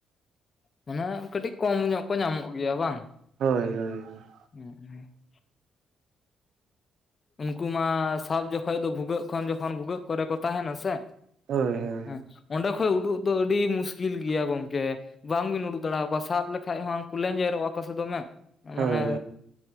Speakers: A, on the left; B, on the right.
A: ᱢᱟᱱᱮ ᱠᱟᱹᱴᱤᱡ ᱠᱚᱢ ᱧᱚᱜ ᱠᱚ ᱧᱟᱢᱚᱜ ᱜᱮᱭᱟ ᱵᱟᱝ ᱾
B: ᱦᱳᱭ ᱦᱳᱭ <inaudible>
A: <unintelligible> ᱩᱱᱠᱩ ᱢᱟ ᱥᱟᱵ ᱡᱚᱠᱷᱚᱡ ᱫᱚ ᱵᱷᱩᱜᱟᱹᱜ ᱠᱷᱚᱱ ᱡᱚᱠᱷᱚᱱ ᱵᱷᱩᱜᱟᱹᱜ ᱠᱚᱨᱮ ᱠᱚ ᱛᱟᱸᱦᱮᱱᱟ ᱥᱮ ᱾
B: ᱦᱳᱭ ᱦᱳᱭ
A: ᱦᱮᱸ <unintelligible> ᱚᱸᱰᱮ ᱠᱷᱚᱡ ᱩᱰᱩᱠ ᱫᱚ ᱟᱹᱰᱤ ᱢᱩᱥᱠᱤᱞ ᱜᱮᱭᱟ ᱜᱚᱝᱠᱮ ᱾ ᱵᱟᱝ ᱵᱤᱱ ᱩᱰᱩᱜ ᱫᱟᱲᱮᱣ ᱠᱚᱣᱟ ᱥᱟᱵ ᱞᱮᱠᱷᱟᱡ ᱦᱚᱸ ᱩᱱᱠᱩ ᱞᱮᱸᱡᱮᱨᱚᱜᱼᱟ ᱠᱚ ᱥᱮ ᱫᱚᱢᱮ ᱾
B: ᱦᱳᱭ
A: ᱢᱟᱱᱮ,